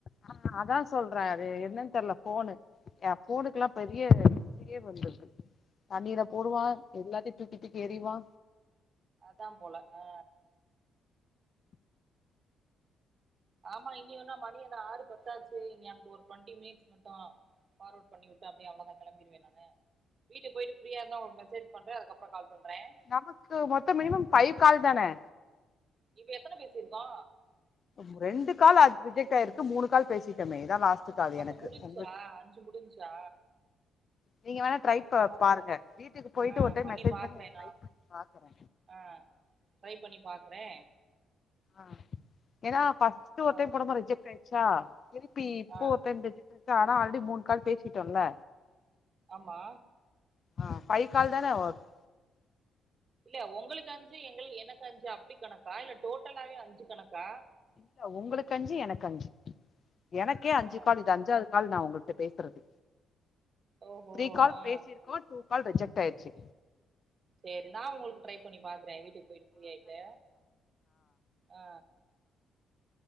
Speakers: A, on the left (about 45°); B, on the right (about 45°).
A: ஆ அதா சொல்றே அது என்னன் தெர்ல ஃபோனு எயா ஃபோனுக்கெல்லா பெரிய இஸ்ட்ரியே வந்திருக்கு தண்ணீல போடுவா
B: ம்
A: எல்லாத்தையு தூக்கி தூக்கி எறிவா
B: அதா போல ஆ ஆமா இனி என்ன மணி என்ன ஆறு பத்தாச்சு இனி அங்குட்டு ஒரு டுவெண்டி மினிட்ஸ் மட்டு ஃபார்வட் பண்ணி விட்டா அப்டியே அவ்ளதா கெளம்பிடுவே நானு வீட்டுக்‌‌ பொயிட்டு ஃப்ரீயா இருந்தா உனக்கு மெசேஜ் பண்றே அதுக்கப்றோ கால் பண்றே
A: நமக்கு மொத்தம் மினிமம் ஃபை கால் தானே
B: இப்ப எத்தன பேசிருக்கோ
A: ம் ரெண்டு கால் அப்டேட் ஆயிருக்கு மூணு பேசிட்டமே இத்தா லாஸ்ட் ஒத்துக்காது
B: அப்ப
A: எனக்கு
B: முடிஞ்ச்சா
A: உங்க
B: அஞ்சு முடிஞ்ச்சா
A: நீங்க வேணா ட்ரை
B: சரி
A: பா‌
B: பரவால்ல
A: பாருங்க வீட்டுக்கு பொயிட்டு
B: ஆ
A: ஒரு டைம் மெசேஜ்
B: பாக்குறே
A: பண்ணி
B: நா
A: ட்ரை பண்ணி பாக்குறே
B: ஆ ட்ரை பண்ணி பாக்கறே
A: ஆ ஏனா ஃபஸ்ட்டு ஒரு
B: ஆ
A: டைம் போடும்போது ரிஜெக்ட் ஆயிச்சா திருப்பி இப்போ
B: ஆ
A: ஒரு டைம் ரிஜெக் ரிஜெக்ட் ஆனா ஆல்ரெடி மூணு கால் பேசிட்டோல
B: ஆமா
A: ஆ ஃபை கால் தானே ஒருத்
B: இல்ல உங்களுக்கு அஞ்சு எங்கள் எனக்கு அஞ்சு அப்டி கணக்கா இல்ல டோட்டலாவே அஞ்சு கணக்கா
A: இல்ல உங்களுக்கு அஞ்சி எனக்கு அஞ்சி எனக்கே அஞ்சி
B: ஆ
A: கால் இது அஞ்சாது கால் நா உங்கள்ட பேசுறது
B: ஓஹோ
A: த்ரீ கால்
B: ஆ
A: பேசிருக்கோ டூ கால் ரிஜெக்ட் ஆயிர்சி
B: சேரி நா உங்களுக்கு ட்ரை பண்ணி பாக்றே வீட்டுக்கு போயிட்டு ஃப்ரீ ஆயிட்டு ஆ